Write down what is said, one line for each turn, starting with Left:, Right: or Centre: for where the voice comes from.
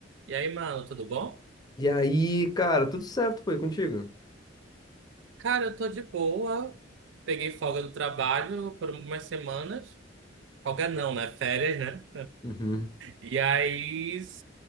Right: E aí, mano, tudo bom?
Left: E aí, cara, tudo certo, pô, e contigo?
Right: Cara, eu tô de boa. Peguei folga do trabalho por algumas semanas. Folga não, né? Férias, né?
Left: Uhum.
Right: E aí.